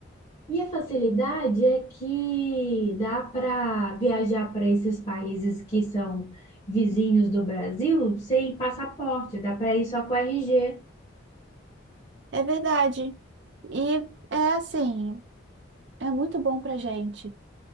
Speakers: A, on the left; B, on the right.
A: E a facilidade é que dá para viajar para esses países que são vizinhos do Brasil sem passaporte, dá para ir só com RG.
B: É verdade. E é assim, é muito bom pra gente,